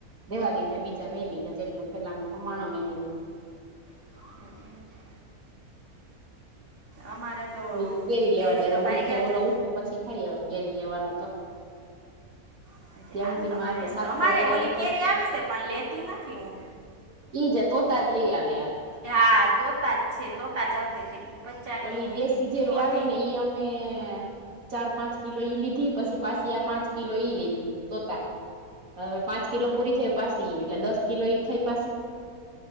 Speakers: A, on the right (about 70°); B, on the right (about 35°).
A: દેવા દીધા બીજા લઈ લીધા જેટલું થેલામા હમાણો ને એટલું
B: હમ. અમારે તો
A: <inaudible> કેરી લેવા
B: તે દી
A: જય
B: તો ભાગ્યા
A: ઉઠયે ઓલો
B: છે
A: ઉઠયે પછી થાય હવે કેરી લેવાનું તો
B: <inaudible>
A: ત્યાં
B: સારું
A: સુધીમાં
B: તમારે એમ
A: શાક
B: તો અમારે
A: બનાવી
B: ઓલી
A: ન ખાય
B: કેરી આવે છે પણ લેતી નથી હું
A: ઈ જતો તા જ લઈ આવ્યા
B: હા તોતાજ છે તોતા જ આવતી તે પચાની
A: ઓલી દેશી
B: કિલો
A: જેવી આવે
B: હતી
A: ને ઈ અમે ચાર પાંચ કિલો ઈ લીધી પછી પાછી આ પાંચ કિલો ઈ લીધી તોતા હવે પાંચ
B: હા
A: કિલો પૂરી થઈ પાછી એટલે દસ કિલો ઈ થઈ પાછી